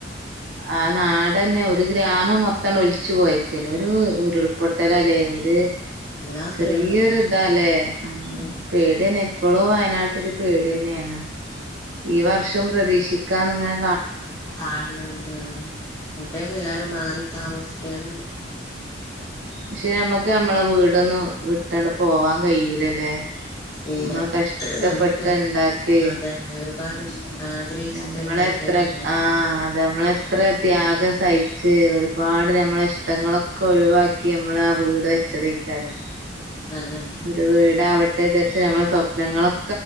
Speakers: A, on the right (about 65°); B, on the left (about 20°).
A: ആ നാടന്നെ ഒരു ഗ്രാമം മൊ ഇത്തണ ഒലിച്ച് പോയേക്കല് ഒരു
B: അതെ
A: ഉരുൾപൊട്ടലല്ലേ ഒര്
B: വല്ലാത്തൊരു
A: ചെറിയൊരു
B: ഉരുൾപൊട്ടല്
A: ഇതാല്ലേ നമ്മള്
B: ഉം ഇപ്പൊ
A: പേടിയന്നെ ഇപ്പളൂ വയനാട്ടില് പേടി തന്നെയാണ് ഈ വർഷം പ്രതീക്ഷിക്കാന്ന് ഇങ്ങനെ
B: കാണണണ്ട് ആ അപ്പഴത്തേക്ക്‌ എല്ലാരും മാറി താമസിക്കാനോ
A: പക്ഷെ നമ്മുക്ക് നമ്മളെ വീടൊന്നും വിട്ടണ്ട് പോവാൻ കഴിയൂലല്ലേ
B: ഇല്ല
A: നമ്മള് കഷ്ടപ്പെട്ട്
B: നമുക്ക്
A: ഇണ്ടാക്കി
B: അതന്നെ ഒരുപാട് ഇഷ് ആഗ്രഹിച്ചിട്ടുണ്ടാക്കിയ
A: നമ്മളെത്ര
B: വീട്
A: ആ അതെ നമ്മളെത്ര ത്യാഗം സഹിച്ച് ഒരുപാട് നമ്മളെ ഇഷ്ടങ്ങളൊക്കെ ഒഴിവാക്കി നമ്മൾ ആ വീട് വെച്ചതേ ചരോ
B: അതന്നെ
A: ഒരു വീടാവട്ടെ ചരിച്ച് നമ്മളെ സ്വപ്നങ്ങളും